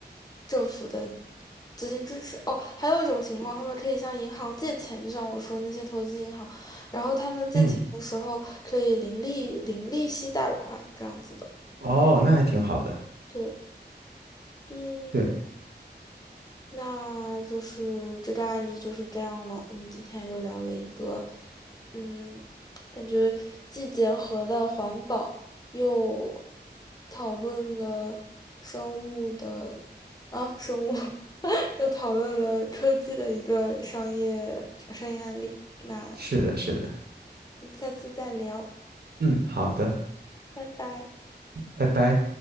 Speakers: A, on the left; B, on the right.
A: 政府的资金支持。哦，还有一种情况，他们可以向银行借钱，就像我说的那些投资银行，然后他们借钱的时候可以零利零利息贷款这样子的。
B: 嗯。哦，那还挺好的。
A: 对，嗯。
B: 对，
A: 那就是这个案例就是这样了。我们今天又聊了一个，嗯，感觉既结合了环保，又讨论了生物的啊生物，<laughs> 又讨论了科技的一个商业商业案例。那
B: 是的，是的。
A: 我们下次再聊，
B: 嗯，好的，
A: 拜拜。
B: 拜拜。